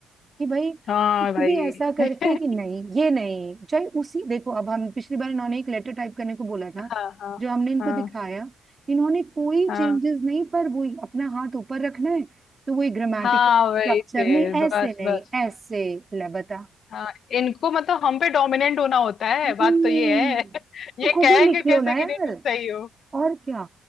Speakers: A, on the right (about 30°); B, on the left (about 60°).
A: कि भाई
B: हाँ
A: कुछ
B: भाई
A: भी ऐसा करके
B: <laughs>
A: कि नहीं ये नहीं चाहे उसी देखो अब हम पिछली बार इन्होंने एक लेटर टाइप करने को बोला था
B: हाँ हाँ
A: जो हमने इनको
B: हाँ
A: दिखाया इन्होंने कोई
B: हाँ
A: चेंजेस नहीं पर वही अपना हाथ ऊपर रखना है तो वही ग्रामेटिकल
B: हाँ
A: स्ट्रक्चर
B: वही फिर
A: नहीं ऐसे
B: बस
A: नहीं
B: बस
A: ऐसे
B: बस
A: ले बता
B: हाँ इनको मतलब हम पे डोमिनेंट होना होता है
A: हम्म
B: बात तो ये है <laughs> ये
A: तो खुद
B: कहेंगे
A: ही लिख
B: कैसे
A: लो ना
B: कि
A: यार
B: नहीं तुम सही हो
A: और क्या